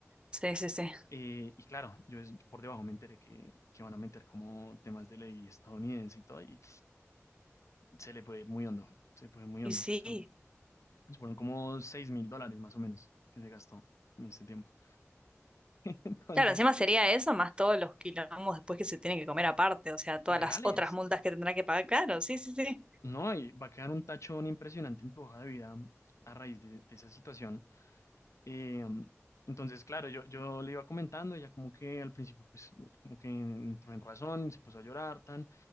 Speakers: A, on the right; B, on the left.
A: sí, sí, sí.
B: Eh, y claro, yo es- por debajo me enteré que, que van a meter como temas de ley estadounidense y todo, y se le puede ir muy hondo, se le puede ir muy
A: Y
B: hondo.
A: sí,
B: O sea, fueron como seis mil dólares más o menos que se gastó en ese tiempo. <laughs>
A: claro, encima sería eso más todos los quilombos después que se tienen que comer aparte, o sea, todas
B: legales,
A: las otras multas que tendrá que pagar, claro, sí, sí, sí.
B: ¿no? Y va a quedar un tachón impresionante en tu hoja de vida a raíz de, de esa situación. Eh, entonces, claro, yo, yo le iba comentando, ella como que al principio, pues, como que entró en razón, se puso a llorar, tan,